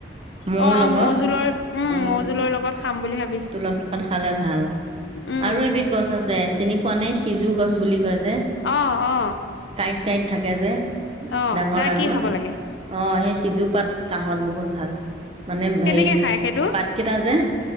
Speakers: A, on the right; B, on the left.
A: মৌৰ
B: অ আৰু
A: লগত
B: মৌজুল জোলৰ, উম
A: অ
B: মৌ জোলৰ লগত খাম বুলি ভাৱি
A: তুলসী পাত খালে ভাল
B: উম
A: আৰু এবিধ গছ আছে এ চিনি পোৱানে সিজু গছ বুলি কয় যে?
B: অ অ
A: কাঁইট কাঁইট থাকে যে?
B: অ
A: ডাঙৰ
B: তাৰ
A: ডাঙৰ
B: কি খাব লাগে
A: অ' সেই সিজু পাত কাঁহত বহুত ভাল মানে ম
B: কেনেকে
A: হেৰি
B: খাই সেইটো
A: পাতকেইটা যে